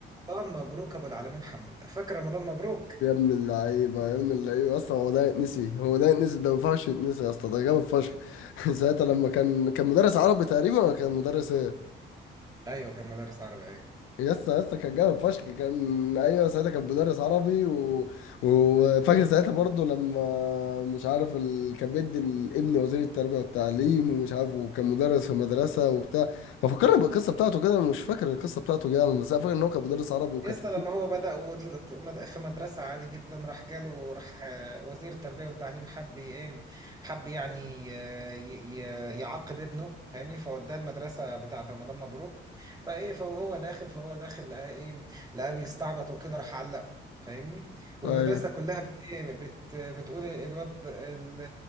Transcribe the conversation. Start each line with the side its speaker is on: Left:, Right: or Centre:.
Right: رمضان مبروك ابو العالمين حموده فاكر رمضان مبروك؟
Left: يا ابن اللعيبة يا ابن اللعيبة يا اسطى هو ده يتنسي هو ده يتنسي ده ما ينفعش يتنسي يا اسطى ده جامد فشخ <laughs> ساعتها لما كان كان مدرس عربي تقريبا ولا كان مدرس ايه؟
Right: ايوه كان مدرس عربي ايوه
Left: يا اسطى يا اسطى كان جامد فشخ كان ايوه ساعتها كان مدرس عربي و... وفاكر ساعتها برضه لما مش عارف ال... كان بيدي الابن وزير التربية والتعليم ومش عارف وكان مدرس في مدرسة وبتاع ما فكرني بالقصة بتاعته كده انا مش فاكر القصة بتاعته جامد بس انا فاكر ان هو كان مدرس عربي وكان
Right: يا اسطى
Left: في
Right: لما هو بدأ وطلع- مد- في مدرسة عادي جدا راح جاله راح آه، وزير التربية والتعليم حب ايه حب يعني آه، ي- ي- يعاقب ابنه فاهمني فوداه المدرسة بتاعة رمضان مبروك فايه فهو داخل فهو داخل لقى ايه لقاه بيستعبط وكده راح علقه فاهمني والمدرسة
Left: ايوه
Right: كلها بت إيه بت بتقول الواد ال-